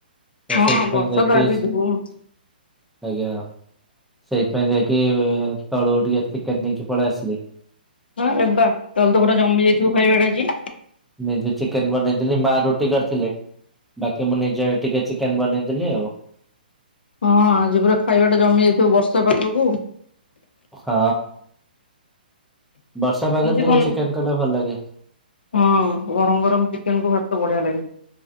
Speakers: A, in the centre; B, on the left.
A: ତ
B: ହଁ
A: ସେଇଥି
B: ବର୍ଷା
A: ପାଇଁ ଯାଇକି
B: ତ ଆଜି
A: ଆଜ୍ଞା।
B: ଧୁମ୍
A: ସେଇଥିପାଇଁ ଯାଇକି ତଳୁ ଟିକେ ଚିକେନ୍ ନେଇକି ପଳେଇ ଆସିଲି।
B: ହଁ ଆରେ ବା ତମର ତ ପୁରା ଜମି ଯାଇଥିବ ଖାଇବାଟା ଆଜି।
A: ନିଜେ ଚିକେ ବନେଇଦେଲି ମା ରୁଟି କରିଥିଲେ, ବାକି ମୁଁ ନିଜେ ଟିକେ ଚିକେନ୍ ବନେଇଦେଲି ଆଉ।
B: ହଁ ଆଜି ପୁରା ଖାଇବା ଟା ଜମି ଯାଇଥିବ ବର୍ଷା ପାଗକୁ।
A: ହଁ ବର୍ଷା
B: କେମିତି
A: ପାଗରେ ଟିକେ
B: କଣ
A: ଚିକେନ୍ କଲେ ଭଲ ଲାଗେ।
B: ହଁ ଗରମ୍-ଗରମ୍ ଚିକେନ୍ କୁ ଭାତ ବଢିଆ ଲାଗେ।